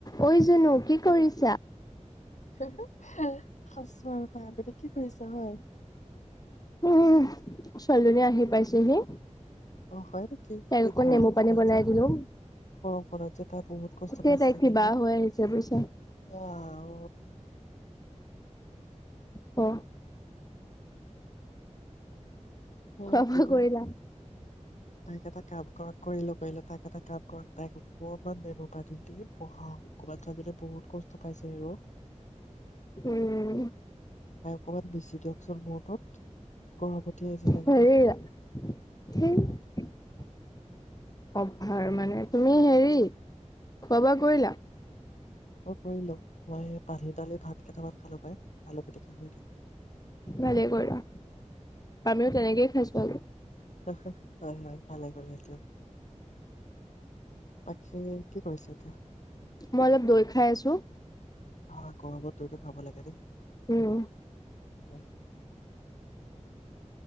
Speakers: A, on the left (about 30°); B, on the left (about 70°).
A: অই, জুনু কি কৰিছ
B: আছোঁ আৰু <unintelligible> কি কৰিছা হয়
A: উম, ছোৱালীজনী আহি পাইছেহি।
B: অ', হয় কি
A: তাইক
B: এই
A: আকৌ
B: ঘৰখনত
A: নেমু পানী বনাই
B: যে, বহুত
A: দিলো।
B: ঘৰখনত যে, তাই বহুত কষ্ট
A: এতিয়া
B: পাইছে
A: তাই
B: ছাগে
A: কিবা
B: ন?
A: হৈ আহিছে বুজিছা
B: আহ, <unintelligible>
A: অ'।
B: উম,
A: খোৱা বোৱা
B: কি <unintelligible>
A: কৰিলা?
B: তাইক এটা কাম কৰক কৰিলোঁ, কৰিলোঁ। তাইক এটা কাম কৰক তাইক অকমান নেমু পানী দি বহাওঁক। ক'ৰবাত <unintelligible> বহুত কষ্ট পাইছে হেৰৌ
A: উম।
B: <unintelligible> অকণমান বেচি দিয়কচোন মূৰটোত। গৰ্ভপতি আছে
A: <unintelligible> অভাৰ মানে তুমি হেৰি খোৱা বোৱা কৰিলা
B: মই কৰিলো মই পাহি দালি ভাত কেইটামান খালো পাই আলু পিটিকা পিটিকা
A: ভালেই কৰিলা আমিও তেনেকেই খাইছো আজি
B: হয় হয় ভালে পালে তেওঁ <unintelligible> বাকী কি কৰিছে এতিয়া
A: মই অলপ দৈ খাই আছো।
B: আহ গৰমত দৈ টো খাব লাগে দেই
A: উম।
B: হয় <inaudible>